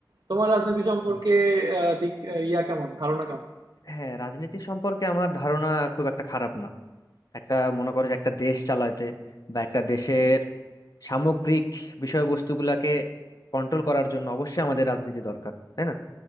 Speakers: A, on the right (about 70°); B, on the left (about 55°).
A: তোমার রাজনীতি সম্পর্কে
B: হ্যাঁ
A: আহ, দিক আহ, ইয়া কেমন ধারণা কেমন
B: হ্যাঁ, রাজনীতি সম্পর্কে আমার ধারণা খুব একটা খারাপ না একটা মনে করো যে একটা দেশ চালাতে বা একটা দেশের সামগ্রিক বিষয়বস্তুগুলাকে কন্ট্রোল করার জন্য অবশ্যই আমাদের রাজনীতি দরকার তাই না